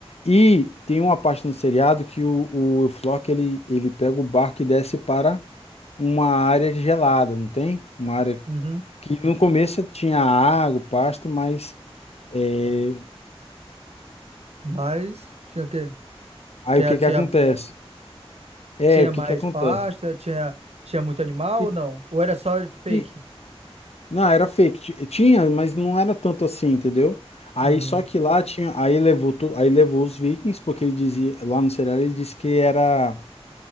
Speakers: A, on the left; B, on the right.
A: E tem uma parte no seriado que o, o, Flock ele, ele pega o barco e desce para uma área gelada, não tem? Uma área
B: uhum.
A: que no começo tinha água, pasto, mas é,
B: Mas tinha o quê?
A: aí
B: Tinha,
A: o que
B: tinha,
A: que acontece? É,
B: tinha
A: o
B: mais
A: que que acontece?
B: pasta, tinha tinha muito animal
A: E-
B: ou não? Ou era só fake?
A: e- não, era fake, Ti- tinha, mas não era tanto assim, entendeu? Aí
B: Uhum.
A: só que lá tinha, aí levou tudo, aí levou os vikings, porque ele dizia, lá no serial ele disse que era